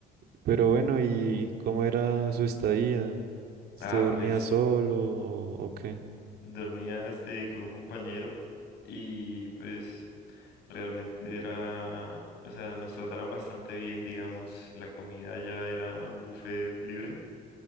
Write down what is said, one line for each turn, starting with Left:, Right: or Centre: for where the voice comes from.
Right: Pero bueno, ¿y cómo era su estadía? ¿Usted
Left: Ah,
Right: dormía
Left: pues
Right: solo o, o qué?
Left: dormía este, con un compañero y pues realmente era, o sea, nos trataron bastante bien, digamos, la comida ya era un buffet libre,